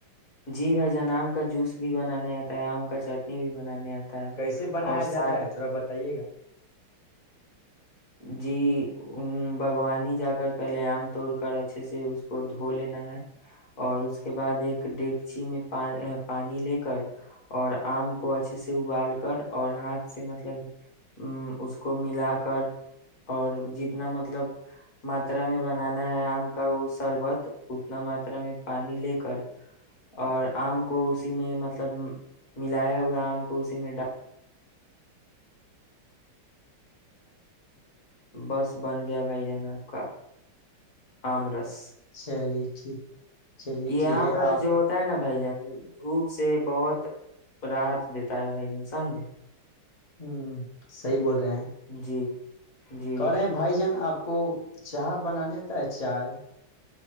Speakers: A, on the left; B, on the left.
A: جی بھائی جن آم کا جوس بھی بنانے آتا ہے آم کا چٹنی بھی بنانے آتا ہے
B: کیسے بنایا
A: اور ساتھ
B: جاتا ہے تھوڑا بتائیے گا
A: جی باغوانی جا کر پہلے آم توڑ کر اچھے سے اس کو دھو لینا ہے اور اس کے بعد ایک ڈگچی میں پانی لے کر اور آم کو اچھے سے ابال کر اور ہاتھ سے مطلب ا اس کو ملا کر اور جتنا مطلب ماترا میں بنانا ہے آپ کا وہ سربت اتنا ماترا میں پانی لے کر اور آم کو اسی میں مطلب ملایا ہوا آم کو اسی میں ڈال بس بن گیا بھائی جان آب کا آم رس
B: چلیے ٹھیک <inaudible>
A: یہ
B: ٹھیک
A: آم
B: ہے
A: رض
B: آپ
A: جو ہوتا ہے نا بائی جان دھوپ سے بہت راحت دیتا ہے بھائی جان سمجھے
B: ہوں سی بول <inaudible> رہ ہیں
A: جی جی
B: کر رہے ہیں بھائی جان آپ <inaudible> کو چاہ بنانےتا ہے چائے